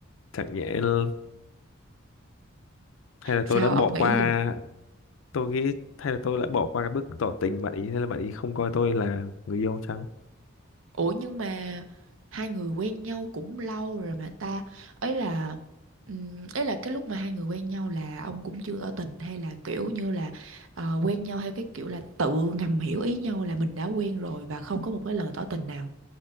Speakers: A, on the left; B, on the right.
A: chẳng nhẽ l- hay là
B: Sao
A: tôi đã bỏ
B: ông
A: qua
B: nghĩ gì?
A: tôi nghĩ hay là tôi lại bỏ qua cái bước tỏ tình bạn ý nên là bạn ý không coi tôi là người yêu chăng
B: Ủa nhưng mà hai người quen nhau cũng lâu rồi mà ta. Ấy là ừm, ấy là cái lúc mà hai người quen nhau là ông cũng chưa tỏ tình hay là kiểu như là ờ, quen nhau theo cái kiểu là tự ngầm hiểu ý nhau là mình đã quen rồi và không có một cái lời tỏ tình nào.